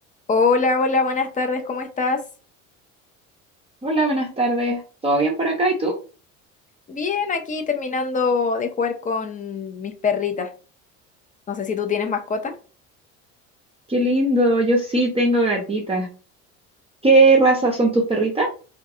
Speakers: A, on the left; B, on the right.
A: Hola, hola, buenas tardes, ¿cómo estás?
B: Hola, buenas tardes. ¿Todo bien por acá? ¿Y tú?
A: Bien, aquí terminando de jugar con mis perritas. No sé si tú tienes mascota.
B: Qué lindo, yo sí tengo gatitas. ¿Qué raza son tus perritas?